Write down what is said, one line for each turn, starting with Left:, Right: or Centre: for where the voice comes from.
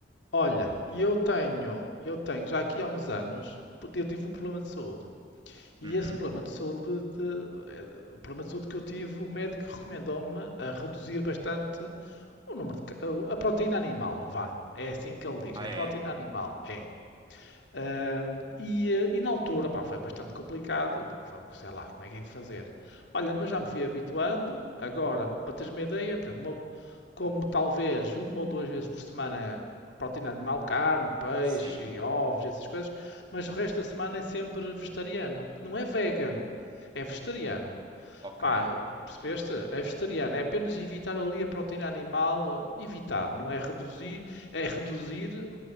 Left: Olha, e eu tenho, eu tenho já aqui há uns anos, porque eu tive um problema de saúde. E
Right: Uhum.
Left: esse problema de saúde, de- de- eh, o problema de saúde que eu tive, o médico recomendou-me a reduzir bastante o número de, ca- a proteína animal, vá. É assim que ele diz,
Right: Ah,
Left: é
Right: é?
Left: proteína animal, é. Ahm, e, eh, e na altura, pá, foi bastante complicado. Então, Sei lá, como é que é de fazer? Olha, mas já me fui habituando. Agora, para teres uma ideia, por exemplo, uma- como talvez uma ou duas vezes por semana proteína animal, carne, peixe
Right: Sim.
Left: e ovos, essas coisas, mas o resto da semana é sempre vegetariano. Não é vegan, é vegetariano.
Right: Ok.
Left: Pá, percebeste? É vegetariano. É apenas evitar ali a proteína animal. eh, Evitar, não é reduzir. É reduzir, hum,